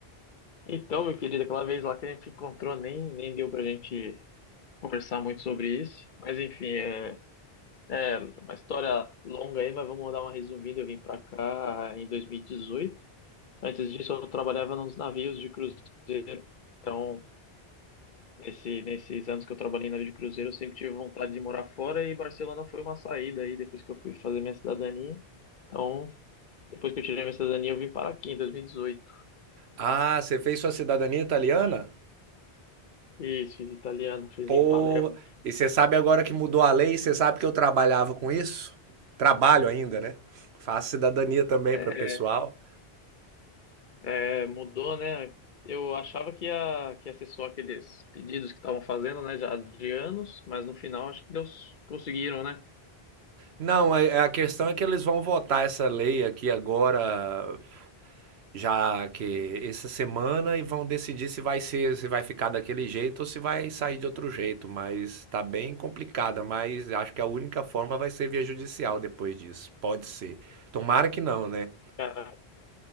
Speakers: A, on the left; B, on the right.
A: Então, meu querido, aquela vez lá que a gente encontrou, nem, nem deu pra gente conversar muito sobre isso, mas enfim, é. É, uma história longa aí, mas vamos dar uma resumida. Eu vim para cá em 2018. Antes disso, eu trabalhava nos navios de cruzeiro. Então, nesse, nesses anos que eu trabalhei em navio de cruzeiro, eu sempre tive vontade de morar fora e Barcelona foi uma saída aí depois que eu fui fazer minha cidadania. Então, depois que eu tirei minha cidadania, eu vim para aqui em 2018.
B: Ah, você fez sua cidadania italiana?
A: Isso, fiz italiano, fiz
B: Pô,
A: em Palermo.
B: e você sabe agora que mudou a lei, você sabe que eu trabalhava com isso? Trabalho ainda, né? Faço cidadania também
A: É,
B: para o pessoal.
A: É, mudou, né? Eu achava que ia, que ia ser só aqueles pedidos que estavam fazendo, né, já de anos, mas no final acho que Deus conseguiram, né?
B: Não, é- é- a questão é que eles vão votar essa lei aqui agora, já que essa semana e vão decidir se vai ser, se vai ficar daquele jeito ou se vai sair de outro jeito, mas tá bem complicada, mas acho que a única forma vai ser via judicial depois disso. Pode ser. Tomara que não, né?
A: Cara,